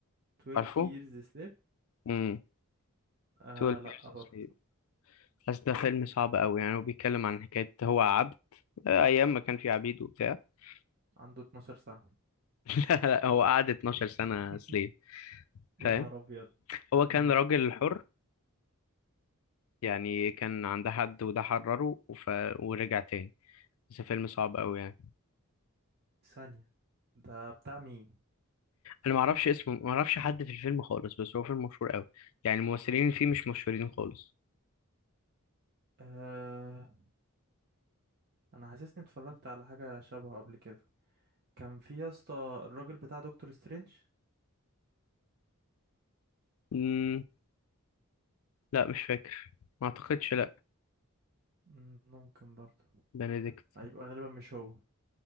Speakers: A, on the right; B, on the left.
A: 12
B: عارفه
A: years slave
B: امم
A: آه
B: 12
A: لا برضه
B: years a slave بس ده فيلم صعب قوي يعني هو بيتكلم عن حكاية هو عبد آه، ايام ما كان في عبيد وبتاع <laughs>
A: عنده 12 سنة
B: لا لا هو قعد 12 سنة
A: <laughs>
B: سليف
A: يا
B: فاهم
A: نهار ابيض
B: هو
A: مم.
B: كان راجل حر يعني كان عند حد وده حرره وف... ورجع تاني بس فيلم صعب قوي يعني
A: ثانية ده بتاع مين
B: انا ما اعرفش اسمه ما اعرفش حد في الفيلم خالص بس هو فيلم مشهور قوي يعني الممثلين اللي فيه مش مشهورين خالص
A: آه انا حاسسني اتفرجت على حاجة شبهه قبل كده كان في يا اسطى الراجل بتاع دكتور سترينج
B: مم... لا مش فاكر ما اعتقدش لا
A: مم، ممكن برضه
B: بنديكت
A: هيبقى غالبا مش هو